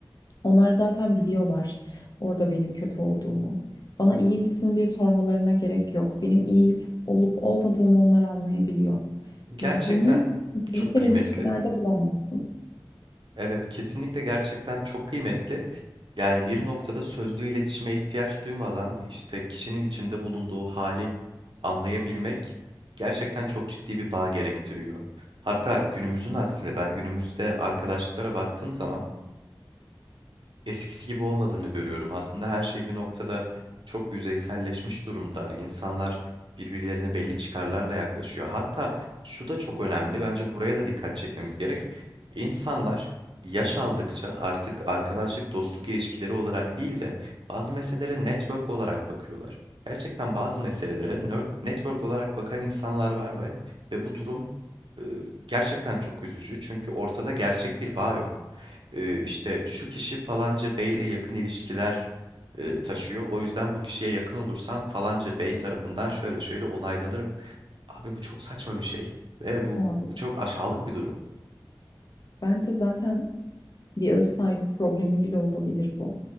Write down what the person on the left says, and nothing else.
Onlar zaten biliyorlar orada benim kötü olduğumu. Bana iyi misin diye sormalarına gerek yok. Benim iyi olup olmadığımı onlar anlayabiliyor.
Ya bunu bireysel
ilişkilerde bulamazsın.
Ya bu-
bence zaten bir öz saygı problemi bile olabilir bu.